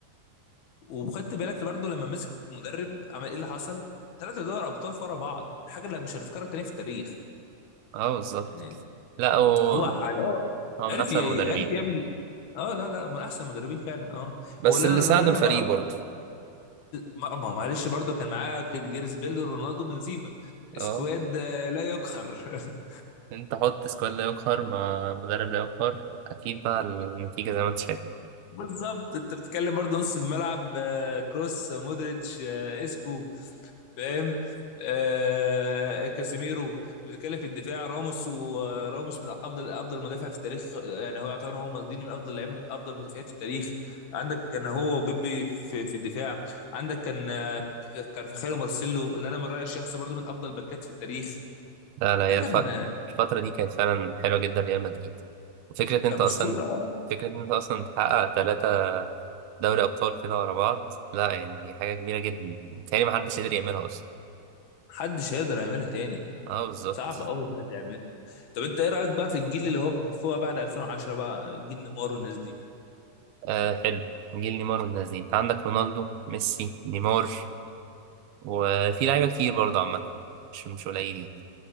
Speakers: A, on the left (about 85°); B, on the right (about 85°).
A: وخدت بالك برضه لما مسك مدرب عمل ايه اللي حصل ثلاثة دوري ابطال ورا بعض حاجه لا مش هتتكرر تاني في التاريخ
B: اه بالظبط
A: يعني
B: لا هو
A: هو على
B: هو
A: عرف
B: من أحسن
A: ي-
B: المدربين
A: عرف
B: فاهم
A: يعمل اه لا لا من احسن المدربين فعلا اه
B: بس
A: هو اللي
B: اللي
A: انا
B: ساعده
A: اللي
B: الفريق
A: انا بقى
B: برضه
A: ما ما- معلش برضه كان معاه جيرس بيل رونالدو بنزيما
B: اه
A: سكواد آه، لا يقهر <laughs>
B: أنت حط سكواد لا يقهر مع مدرب لا يقهر أكيد بقى النتيجة زي ما أنت شايف
A: بالظبط انت بتتكلم برضه نص الملعب آه، كروس مودريتش آه، اسكو فاهم آه كاسيميرو بتتكلم في الدفاع راموس وراموس من افضل افضل مدافع في التاريخ يعني هو يعتبر هو مالديني من افضل لعيبه افضل مدافعين في التاريخ عندك كان هو وبيبي في, في الدفاع عندك كان آه، كارفاخال ومارسيلو اللي انا من رايي الشخصي برضو من افضل باكات في التاريخ
B: لا لا هي
A: ده كان
B: الف...
A: آه،
B: الفترة دي كانت فعلا حلوة جدا ريال مدريد وفكرة انت
A: كان
B: اصلا
A: اسطوره
B: فكرة انت اصلا تحقق ثلاثة دوري ابطال كده ورا بعض لا يعني دي حاجة كبيرة جدا متهيألي محدش قدر يعملها اصلا
A: محدش هيقدر يعملها تاني
B: اه بالظبط
A: صعب قوي ان حد يعملها طب انت ايه رايك بقى في الجيل اللي هو فوق بعد 2010 بقى جيل نيمار والناس دي
B: آه حلو جيل نيمار والناس دي انت عندك رونالدو ميسي نيمار وفي لعيبة كتير برضه عامة مش مش قليلين